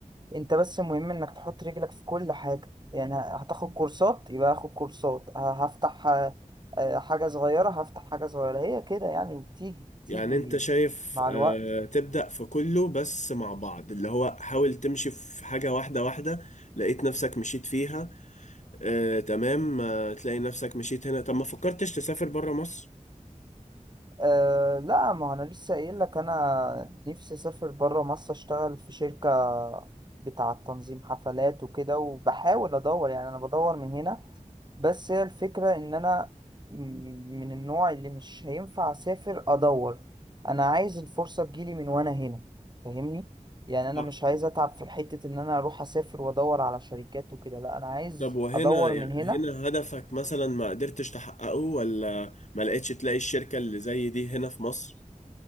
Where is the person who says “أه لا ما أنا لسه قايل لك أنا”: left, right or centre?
Right